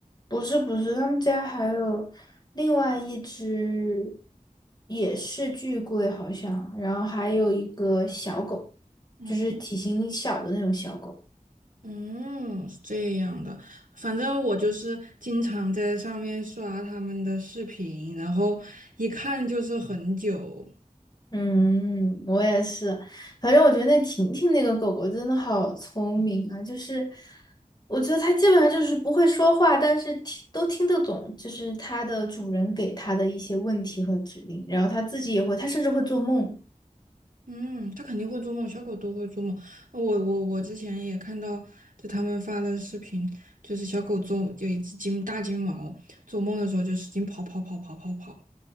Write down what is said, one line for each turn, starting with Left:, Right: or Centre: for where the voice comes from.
Left: 不是不是，他们家还有另外一只，也是巨贵好像，然后还有一个小狗，
Right: 嗯
Left: 就是体型小的那种小狗。
Right: 嗯，是这样的。反正我就是经常在上面刷他们的视频，然后一看就是很久。
Left: 嗯，我也是，反正我觉得那婷婷那个狗狗真的好聪明啊，就是我觉得它基本上就是不会说话，但是听都听得懂，就是它的主人给它的一些问题和指令，然后它自己也会，它甚至会做梦。
Right: 嗯，它肯定会做梦，小狗都会做梦。呃我我我之前也看到，就他们发的视频，就是小狗做有一只金大金毛，做梦的时候就使劲跑跑跑跑跑跑。